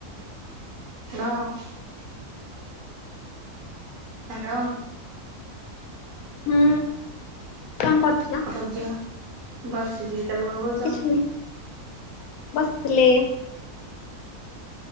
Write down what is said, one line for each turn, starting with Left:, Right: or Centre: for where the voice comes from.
Right: <unintelligible> Hello.
Left: ହୁଁ, କଣ କରୁଥିଲ?
Right: କଣ ବସିଛି, ତମେ କଣ କରୁଥିଲ?
Left: କିଛି ନାହିଁ ବସିଥିଲି।